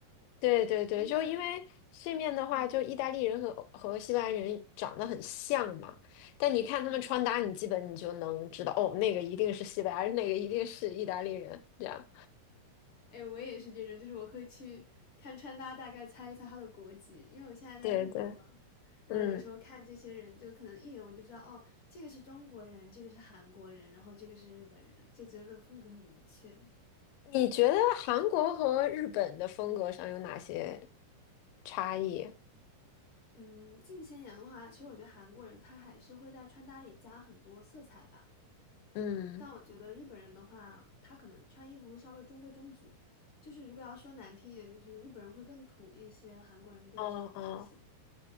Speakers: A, on the left; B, on the left.
A: 对对对，
B: 诶那
A: 就因为这面的话，
B: 嗯
A: 就意大利人和和西班牙人长得很像嘛，但你看他们穿搭，
B: 嗯，
A: 你基本你就能知道，哦，那个一定是西班牙人，那个一定是意大利人，这样。
B: 哎，我也是这种，就是我可以去看穿搭，大概猜一猜他的国籍，因为我现在在日本嘛，
A: 对对，
B: 然后有时候看这些人，
A: 嗯。
B: 就可能一眼我就知道，哦，这个是中国人，这个是韩国人，然后这个是日本人，就觉得风格很明确。
A: 你觉得韩国和日本的风格上有哪些差异？
B: 嗯，近些年的话，其实我觉得韩国人他还是会在穿搭里加很多色彩吧。
A: 嗯，
B: 但我觉得日本人的话，他可能穿衣服会稍微中规中矩，就是如果要说难听一点，就是日本人会更土一些，韩国人更潮一些。
A: 哦哦，